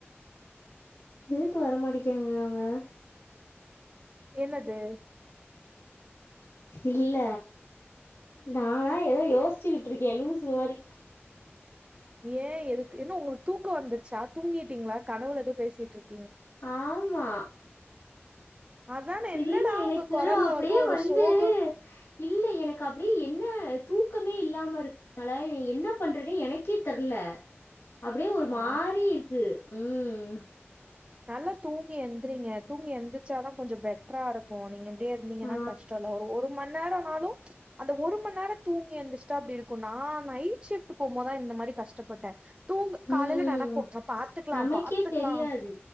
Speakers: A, on the left; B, on the right.
A: எதுக்கு வர மாட்டிக்காங்க அவங்க
B: என்னது
A: இல்ல நானா ஏதோ யோசிச்சுகிட்டு இருக்கேன் லூசு மாரி
B: ஏன் எதுக்கு ஏன்ன உங்களுக்கு தூக்க வந்துருச்சா தூங்கிட்டீங்களா கனவுல எதோ பேசிட்டு இருக்
A: ஆமா
B: அதான என்னடா
A: இல்ல எனக்கு
B: உங்க கொரல்ல
A: அப்டியே
B: ஒரு
A: வந்து
B: சோகம்
A: இல்ல எனக்கு அப்டியே என்ன தூக்கமே இல்லாம இருக் குனாலா நீ என்ன பண்றன்னு எனக்கே தெர்ல அப்டியே ஒரு மாறி
B: ஆ
A: இருக்கு ம்
B: நல்லா தூங்கி எழுந்திரீங்க தூங்கி எழுந்திரச்சாதான் கொஞ்சம் பெட்டரா இருக்கும் நீங்க இப்டியே இருந்தீங்கன்னா
A: ஆ,
B: கஷ்டோ இல்ல ஒரு ஒரு மண்நேரம்னாலும் அந்த ஒரு மண்நேரம் தூங்கி இருந்துச்சுட்டா அப்டி இருக்கும் நான் நைட் ஷிப்ட் போகும்போதான் இந்த மாரி கஷ்டப்பட்டேன் தூங்
A: ம்.
B: காலையில நெனப்போ நா பாத்துக்கலாம்
A: நமக்கே
B: பாத்துக்கலாம்
A: தெரியாது.